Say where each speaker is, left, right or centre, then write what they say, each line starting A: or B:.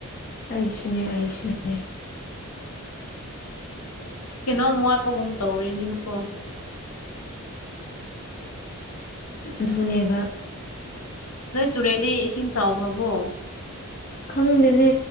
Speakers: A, on the left (about 40°); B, on the left (about 85°).
A: ꯑꯩꯁꯨꯅꯤ ꯑꯩꯁꯨꯅꯤ
B: ꯀꯩꯅꯣꯝ ꯋꯥꯠꯄꯒꯨꯝ ꯇꯧꯔꯤꯅꯦꯕꯀꯣ
A: ꯑꯗꯨꯅꯦꯕ
B: ꯅꯣꯏ ꯇꯨꯔꯦꯟꯗꯤ ꯏꯁꯤꯡ ꯆꯥꯎꯈ꯭ꯔꯕꯣ
A: ꯈꯪꯗꯦꯅꯦ